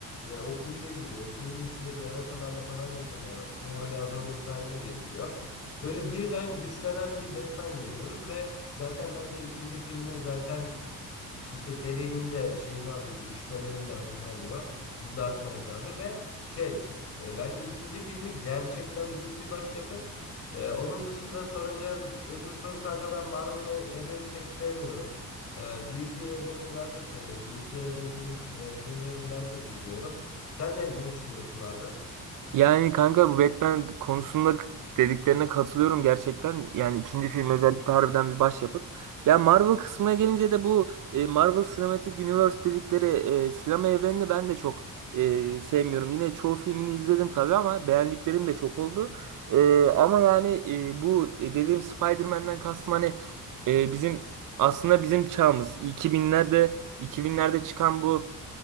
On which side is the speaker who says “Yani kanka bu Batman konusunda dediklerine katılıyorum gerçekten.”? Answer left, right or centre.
Right